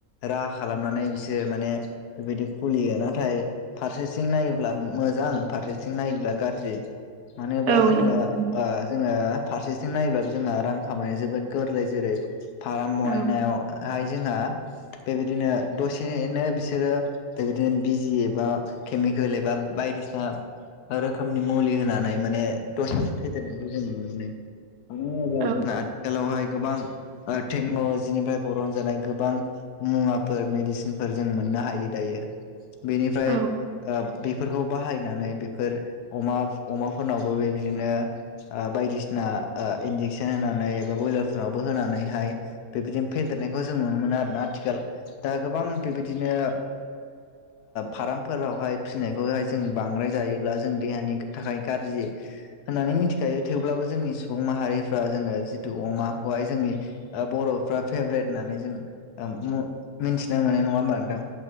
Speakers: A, on the left; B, on the right.
A: राहा खालामनानै बिसोरो माने बेबायदि खुलियो। नाथाय फारसेसिं नायोब्ला मोजां फारसे आथिं नायोब्ला गाज्रि मानोब्ला
B: औ
A: जोङो
B: नंगौ
A: जोङो फारसेथिं नायब्ला जोंहा रां खामायनाय जोबोद गोरलै जेरै फाराम बानायनायाव
B: औ
A: हाय जोंहा बेबायदिनो दसेनो बिसोरो दा बिदिनो बिजि एबा केमिकेल एबा बायदिसिना रोखोमनि मुलि होनानै माने दसेनो फेदेरनायखौ जों नुनो मोनो मानो होनोब्ला
B: औ औ
A: जोंहा आथिखालावहाय गोबां टेक्न'लजिनिफ्राय बरन जानाय गोबां मुवाफोर मेडिसिनफोर जों मोननो हायो दायो। बेनिफ्राय
B: औ
A: ओ बेफोरखौ बाहायनानै बेफोर अमा अमाफोरनावबो बेबायदिनो ओ बायदिसिना ओ इन्जेकसन होनानै एबा बयलारफोरावबो होनानैहाय बेबायदिनो फेदेरनायखौ जों नुनो मोनो आरोना। आथिखाल दा गोबां बेबायदिनो फार्मफोरावहाय फिसिनायखौहाय जों बांद्राय जायो। ब्ला जों देहानि थाखाय गाज्रि। होननानै मिथिखायो थेवब्लाबो जोंनि सुबुं माहारिफ्रा जोङो जितु अमाखौहाय जोंनि ओ बर'फ्रा फेभरेट होननानै जों मिथिना मोननाय नङा होमबा नोंथां।